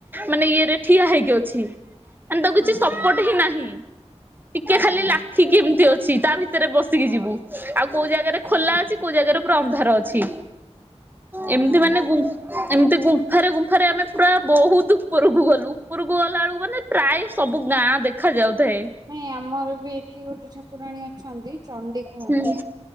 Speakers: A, on the right; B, on the right.
A: ମାନେ ଇଏରେ। ଠିଆ ହେଇକି ଅଛି। ମାନେ ତାକୁ
B: ହଁ
A: କିଛି
B: ହଁ
A: ସପୋର୍ଟ ହିଁ ନାହିଁ। ଟିକେ
B: ଓହୋ
A: ଖାଲି ଲା ଖିକି ଏମତି ଅଛି। ତା ଭିତରେ ବସିକି
B: ହଁ।
A: ଯିବୁ। ଆଉ କୋଉ ଜାଗାରେ ଖୋଲା
B: ଓହୋ
A: ଅଛି କୋଉ ଜାଗାରେ ପୁରା ଅନ୍ଧାର ଅଛି।
B: ଓହୋ
A: ଏମିତି ମାନେ ଗୁ ଏମତି ଗୁମ୍ଫାରେ ଗୁମ୍ଫାରେ ଆମେ ପୁରା ବହୁତ୍ ଉପରକୁ ଗଲୁ। ଉପରକୁ ଗଲା ବେଳକୁ ମାନେ ପ୍ରାୟ ସବୁ ଗାଁ ଦେଖା ଯାଉଥାଏ।
B: ନାଇଁ ଆମର ବି ଏଠି ଗୋଟେ ଠା ଠାକୁରାଣୀ ଅଛନ୍ତି ଚଣ୍ଡି କୁହନ୍ତି।
A: ହୁଁ